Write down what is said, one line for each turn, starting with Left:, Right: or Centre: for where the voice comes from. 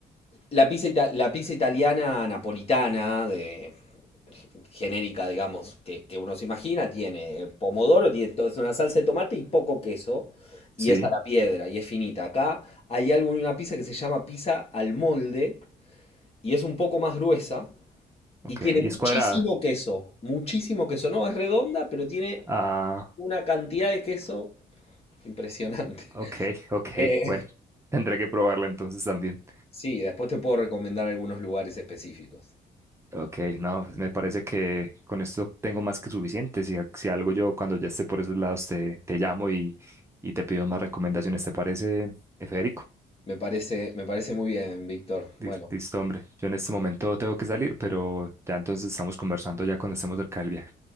Left: La pizza, ita- la pizza italiana napolitana, de, genérica, digamos, que, que uno se imagina, tiene pomodoro, tiene to- es una salsa de tomate y poco queso, y
Right: Sí,
Left: es a la piedra, y es finita. Acá hay algo en una pizza que se llama pizza al molde, y es un poco más gruesa,
Right: ok.
Left: y tiene
Right: Y
Left: muchísimo
Right: es cuadrada.
Left: queso, muchísimo queso. No es redonda, pero tiene
Right: Ah,
Left: una cantidad de queso impresionante.
Right: ok,
Left: <laughs>
Right: ok,
Left: Eh,
Right: bueno, <laughs> tendré que probarla entonces también.
Left: Sí, después te puedo recomendar algunos lugares específicos.
Right: Ok, no, pues me parece que con esto tengo más que suficiente. Si, a- si algo yo cuando ya esté por esos lados te, te llamo y, y te pido más recomendaciones, ¿te parece, eh, Federico?
Left: Me parece, me parece muy bien, Víctor.
Right: Lis-
Left: Bueno,
Right: Listo, hombre. Yo en este momento tengo que salir, pero ya entonces estamos conversando ya cuando estemos cerca del viaje.